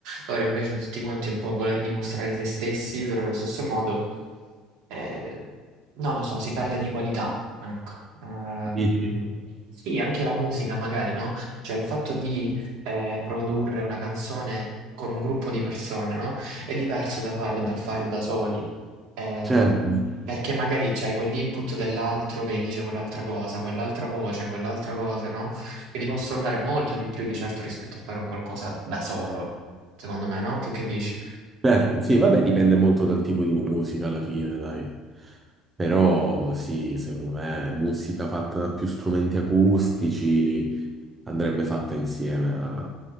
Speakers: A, on the right; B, on the right.
A: Ora invece tutti quanti un po' a voler dimostrare se stessi, però allo stesso modo. Eh, non lo so, si perde di qualità, ecco. Ehm,
B: Dici?
A: sì, anche la musica magari, no? Cioè il fatto di eh, produrre una canzone con un gruppo di persone, no? È diverso da farlo, dal farlo da soli. Ehm,
B: Certo.
A: perché magari c'hai quell'input dell'altro che gli dice quell'altra cosa, quell'altra voce, quell'altra cosa, no? Che ti possono dare molto di più di certo rispetto a fare un qualcosa da solo, secondo me, no? Tu che dici?
B: Certo, sì, vabbè, dipende molto dal tipo di musica alla fine, dai. Però sì, secondo me musica fatta da più strumenti acustici andrebbe fatta insieme a,